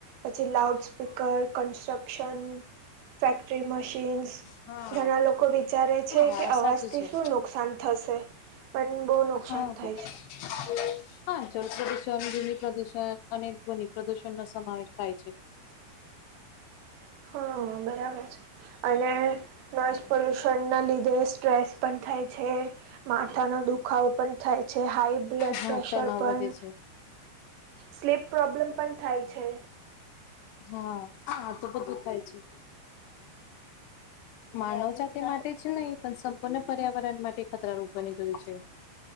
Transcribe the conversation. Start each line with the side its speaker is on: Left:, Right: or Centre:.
Right: પછી loud speaker, construction, factory, machines.
Left: હા
Right: ઘણા લોકો વિચારે
Left: હા
Right: છે કે અવાજ
Left: સાચું
Right: થી
Left: છે
Right: શું નુકસાન થશે, પણ નુકસાન
Left: હા. હા,
Right: થાય છે
Left: જલ પ્રદુષણ, ભૂમિ પ્રદુષણ અને ધ્વનિ પ્રદુષણ નો સમાવેશ થાય છે.
Right: <unintelligible> હા, બરાબર છે. અને નોઈઝ પોલ્યુશનના લીધે સ્ટ્રેસ પણ થાય છે. માથાનો દુખાવો પણ થાય છે, હાઈ બ્લડ
Left: હા
Right: પ્રેશર
Left: તણાવ
Right: પણ
Left: વધે છે
Right: સ્લીપ પ્રોબ્લેમ પણ થાય છે.
Left: હા, આ તો બધું થાય છે. માનવ જાતિ માટે જ નહીં, પણ સંપૂર્ણ પર્યાવરણ માટે ખતરારૂપ બની ગયું છે.